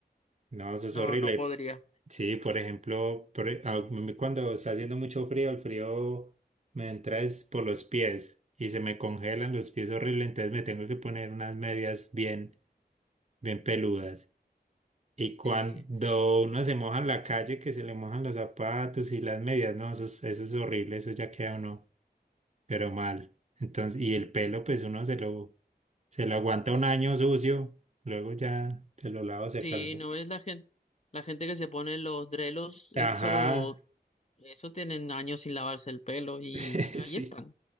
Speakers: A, on the right; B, on the left.
A: No, eso es
B: no,
A: horrible.
B: no podría.
A: Y p- Sí, por ejemplo, por e- a mí cuando está haciendo mucho frío, el frío me entra es por los pies y se me congelan los pies horrible, entonces me tengo que poner unas medias bien, bien peludas. Y cuando
B: Sí,
A: uno se moja en la calle, que se le mojan los zapatos y las medias, no, eso es, eso es horrible, eso ya queda uno, pero mal. Entonces, y el pelo, pues uno se lo, se lo aguanta un año sucio, luego ya se lo lavo, se
B: sí,
A: calve.
B: no ves la gente, la gente que se pone los drelos,
A: Ajá,
B: esto, eso tienen años sin lavarse el pelo y
A: <laughs>
B: ahí
A: sí.
B: están.